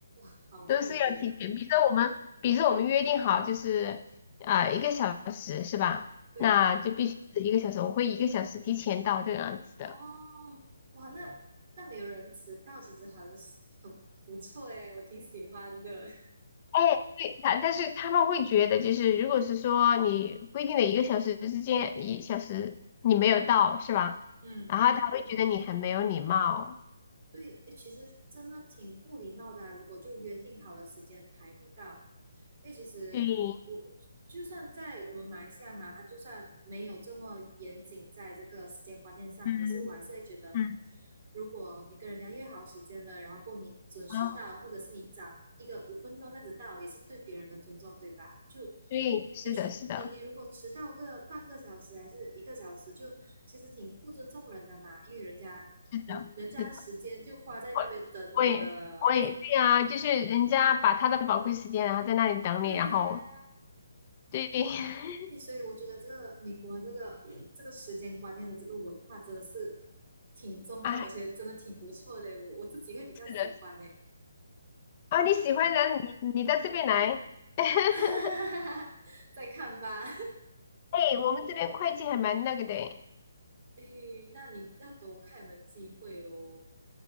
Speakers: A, on the right; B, on the left.
A: 好特别。
B: 都是要提前。比如说我们，比如说我们约定好就是啊、呃一个小时是吧？
A: 对，
B: 那就必须是一个小时，我会一个小时提前到这样子的。
A: 哦，哇，那那没有人迟到，其实很很不错诶，我挺喜欢的。
B: 哎，对，他但是他们会觉得，就是如果是说你规定的一个小时之间，一小时你没有到是吧？
A: <laughs> 嗯。
B: 然后他会觉得你很没有礼貌。
A: 对，诶其实真的挺不礼貌的啊如果就约定好了时间排不到，因为其实我就算在我们马来西亚嘛，
B: 对，
A: 它就算没有这么严谨在这个时间观念上，
B: 嗯
A: 可是我还是会觉得，
B: 嗯，
A: 如果你跟人家约好时间了，然后够你准时到，
B: 啊，
A: 或者是你早一个五分钟这样子到，也是对别人的尊重，对吧？就
B: 对，是的，
A: 也许你你如果迟到个半个小时还是一个小时，
B: 是的，
A: 就其实挺不尊重人的嘛，因为人家人人家时间就花在那边等你了。
B: 是的。是的我我也我也对呀，就是人家把他的宝贵时间，然后在那里等你，
A: 对呀、
B: 然后对，<laughs>
A: 啊所以我觉得这个美国这个这个时间观念的这个文化真的是挺重要，
B: 哎，
A: 而且真的挺不错的。我我自己会比较喜欢诶，
B: 是的，
A: <laughs>
B: 啊，你喜欢的，
A: 哎，
B: 你你到这边来，<laughs>
A: 哈哈哈哈哈，再看吧。
B: 哎，我们这边会计还蛮那个的诶
A: <laughs> 哎，那你要等我看有没有机会喽。